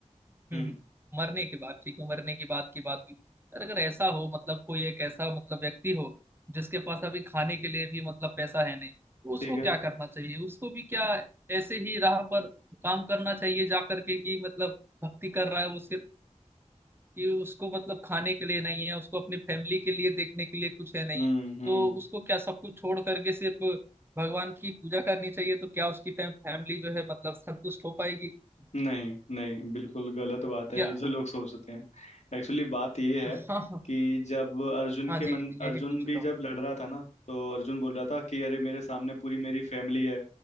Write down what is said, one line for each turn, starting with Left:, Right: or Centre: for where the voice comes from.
Right: हम्म,
Left: हम्म
Right: हम्म। मरने के बाद ठीक है मरने के बाद की बात हुई यार अगर ऐसा हो मतलब कोई एक ऐसा मतलब व्यक्ति हो जिसके पास अभी खाने के लिए भी मतलब पैसा है नहीं तो उसको
Left: ठीक है
Right: क्या करना चाहिए उसको भी क्या ऐसे ही राह पर काम करना चाहिए जा करके कि मतलब भक्ति कर रहा है वो सिर्फ कि उसको मतलब खाने के लिए नहीं है उसको अपनी फैमिली के लिए देखने के लिए कुछ है नहीं
Left: हम्म हम्म
Right: तो उसको क्या सब कुछ छोड़ करके सिर्फ भगवान की पूजा करनी चाहिए तो क्या उसकी फैमिली जो है मतलब संतुष्ट हो पाएगी
Left: नहीं नहीं बिल्कुल गलत बात
Right: क्या
Left: है ये जो लोग सोचते हैं एक्चुअली बात ये
Right: <laughs> हाँ
Left: है
Right: हाँ हाँ
Left: कि जब अर्जुन
Right: हाँ,
Left: के
Right: जी
Left: मन
Right: यही
Left: अर्जुन
Right: पूछ
Left: भी
Right: रहा
Left: जब
Right: हूँ
Left: लड़ रहा था ना तो अर्जुन बोल रहा था कि अरे मेरे सामने पूरी मेरी फैमिली है